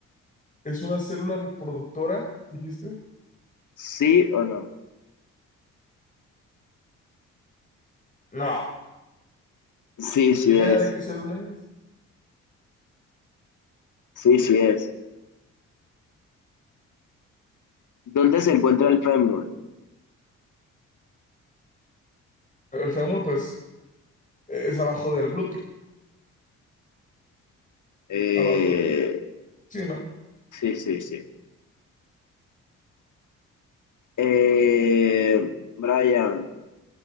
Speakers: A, on the left; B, on the left.
A: ¿Es una célula reproductora, dijiste?
B: ¿Sí o no?
A: No,
B: Sí, sí
A: idea
B: es.
A: de qué célula es.
B: Sí, sí es. ¿Dónde se encuentra el fémur?
A: El fémur, pues, es abajo del glúteo,
B: Eh,
A: abajo, sí, ¿no?
B: sí, sí, sí. Eh, Brian,